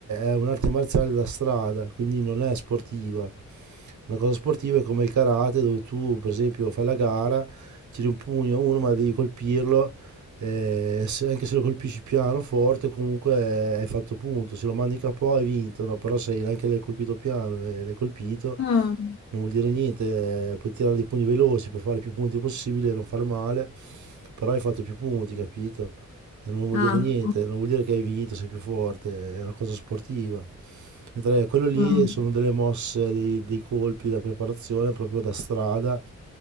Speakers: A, on the right; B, on the left.
A: È un'arte marziale da strada, quindi non è sportiva. Una cosa sportiva è come il karate dove tu per esempio fai la gara, tiri un pugno a uno ma devi colpirlo, eh, se- anche se lo colpisci piano, forte, comunque hai fatto punto, se lo mandi capo hai vinto, no? però se anche l'hai colpito piano e l'hai colpito
B: Ah,
A: non vuol dire niente, eh, puoi tirare dei pugni veloci per fare più punti possibile e non fare male, però hai fatto più punti, capito? E non vuol
B: ah,
A: dire niente, non vuol dire che hai vinto, sei più forte, è una cosa sportiva. Mentre quello lì
B: mm.
A: sono delle mosse, dei, dei colpi da preparazione proprio da strada.